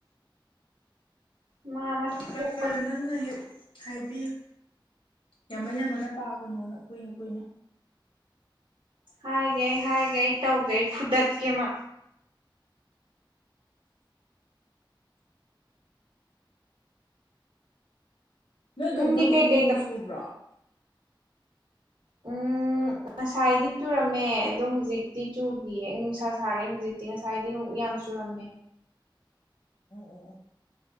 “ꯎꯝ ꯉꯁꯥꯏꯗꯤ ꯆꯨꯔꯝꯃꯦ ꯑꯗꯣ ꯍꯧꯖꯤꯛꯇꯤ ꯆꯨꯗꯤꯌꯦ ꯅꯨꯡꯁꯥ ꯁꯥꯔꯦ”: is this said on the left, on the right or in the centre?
Right